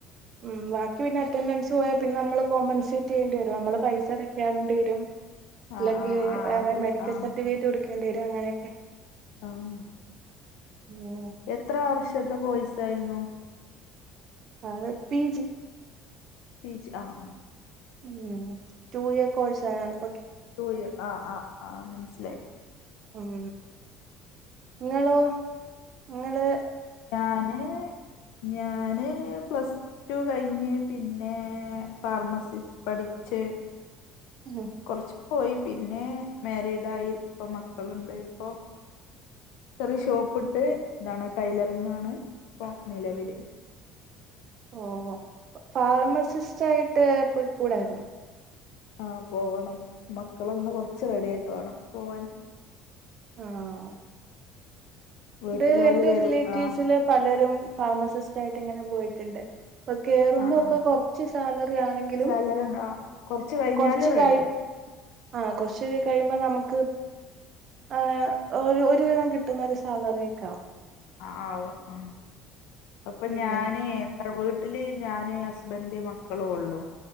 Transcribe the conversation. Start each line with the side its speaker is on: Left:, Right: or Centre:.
Right: ഉം ബാക്കി പിന്നെ അറ്റൻഡൻസ് പോയാ പിന്നെ നമ്മള് കോമ്പൻസേറ്റ് ചെയ്യേണ്ടി വരും നമ്മള് പൈസ അടയ്ക്കാണ്ടി വരും
Left: ആഹ്
Right: അല്ലെങ്കിൽ
Left: ആഹ് ആഹ്
Right: വേറെ
Left: അത്
Right: മെഡിക്കൽ
Left: ആഹ്
Right: സർട്ടിഫിക്കറ്റ് കൊടുക്കേണ്ടി വരും അങ്ങനെയൊക്കെ
Left: ആഹ്
Right: <unintelligible>
Left: എത്ര വർഷത്തെ കോഴ്സായിരുന്നു
Right: ആഹ് പി ജി
Left: പി ജി ആഹ് ആഹ്
Right: ഉം ടു ഇയർ കോഴ്സ് ആയാലും
Left: ടു ഇയർ ആഹ് ആഹ് ആഹ് മനസ്സിലായി
Right: ഉം ഇങ്ങളോ ഇങ്ങള്
Left: ഞാന് ഞാന് പ്ലസ് ടു കഴിഞ്ഞ് പിന്നെ ഫാർമസിസ്റ്റ് പഠിച്ച്
Right: ഉം
Left: കൊറച്ച് പോയി പിന്നെ മാരിഡായി ഇപ്പൊ മക്കളുണ്ട് ഇപ്പൊ ഒരു ഷോപ്പിട്ട് ഇതാണ് ടൈലറിംഗ് ആണ് ഇപ്പം നിലവില്
Right: ഓഹ് ഫാർമസിസ്റ്റ് ആയിട്ട് പൊയ്ക്കൂടായിരുന്നോ
Left: ആഹ് പോവണം മക്കളൊന്ന് കൊറച്ച് റെഡി ആയിട്ട് വേണം പോവാൻ
Right: ആഹ്
Left: വീട്ടിലോല്
Right: ഇത് എന്റെ
Left: വരും
Right: റിലേറ്റീവ്സില്
Left: ആ
Right: പലരും ഫാർമസിസ്റ്റ ആയിട്ട് ഇങ്ങനെ പോയിട്ട് ട്ട്ണ്ട് അപ്പൊ കേറുമ്പോ
Left: ആ ആ
Right: ഒക്കെ കൊറച്ച് സാലറി ആണെങ്കിലും
Left: സാലറി ഉണ്ടോ കൊറച്ച് കഴിഞ്ഞാല്
Right: കൊറച്ച്
Left: റെഡി
Right: കഴി
Left: ആവും
Right: ആഹ് കൊറച്ച് കഴിയുമ്പോ നമുക്ക് ആഹ് ഒരു ഒരുവിധം കിട്ടുന്ന ഒരു സാലറി ഒക്കെ ആവും
Left: ആ ആവും ആഹ് അപ്പൊ
Right: ഉം
Left: ഞാന് വീട്ടില് ഞാന് ഹസ്ബൻഡ് മക്കളും ഉള്ളു